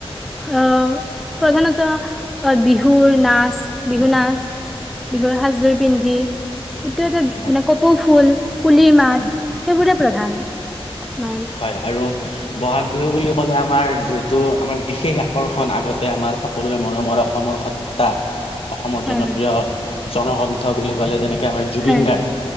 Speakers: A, in the centre; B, on the left.
A: অ' প্ৰধানত তোৰ অহ' বিহুৰ নাচ, বিহু নাচ, বিহুৰ সাজযোৰ পিন্ধি সেইটো এইটা
B: হয়
A: মানে কপৌ ফুল, কুলি মাত
B: উম,
A: সেইবোৰে প্ৰধান। আমাৰ
B: হয়, আৰু ব'হাগ বিহু বুলি ক'লে আমাৰ যিহেতু আমাৰ বিশেষ আকৰ্ষণ আগতে আমাৰ সকলোৰে মৰমৰ অসমৰ সতটা অসমৰ
A: হয়
B: জনপ্ৰিয়
A: হয়
B: জনকণ্ঠ বুলি ক'লে যেনে এতিয়া আমাৰ জুবিন
A: হয়
B: গাৰ্গ